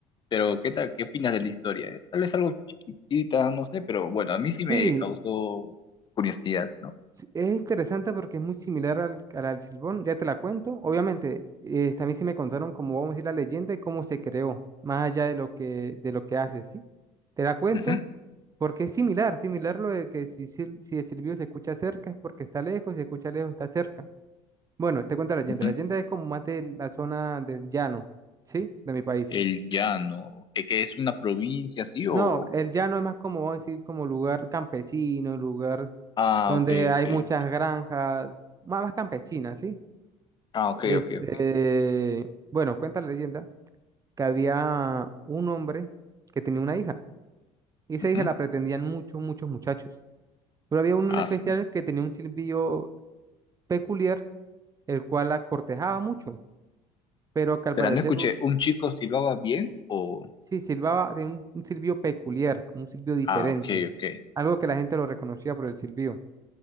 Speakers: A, on the left; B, on the right.
A: Pero, ¿qué tal, qué opinas de la historia? eh? Tal vez algo chiquitita, no sé, pero bueno, a mí sí me
B: sí,
A: causó curiosidad, ¿no?
B: Sí, Es interesante porque es muy similar al, al, al Silbón, ya te la cuento. Obviamente, eh, también sí me contaron cómo vamos a decir la leyenda y cómo se creó, más allá de lo que, de lo que hace, ¿sí? Te la cuento
A: Ujú,
B: porque es similar, similar lo de que si, sil- si el silbido se escucha cerca es porque está lejos, si se escucha lejos está cerca. Bueno, te cuento la leyenda.
A: ujú.
B: La leyenda es como más de la zona del llano, ¿sí? De mi país.
A: El llano, ¿qué, qué es una provincia, sí o...?
B: No, el llano es más como, vamos a decir, como lugar campesino, lugar
A: Ah,
B: donde
A: ok,
B: hay
A: ok,
B: muchas
A: ok.
B: granjas, más, más campesinas, ¿sí?
A: Ah, ok,
B: Este,
A: ok, ok.
B: bueno, cuenta la leyenda que había un hombre que tenía una hija y esa
A: Ujú.
B: hija la pretendían muchos, muchos muchachos. Pero había uno
A: Ah,
B: en especial
A: sí.
B: que tenía un silbido peculiar, el cual la cortejaba mucho, pero que al
A: Pero
B: parecer
A: no escuché,
B: u-
A: ¿un chico silbaba bien o...?
B: sí silbaba, tenía un, un silbido peculiar, como un silbido diferente,
A: Ah, ok, ok.
B: algo que la gente lo reconocía por el silbido.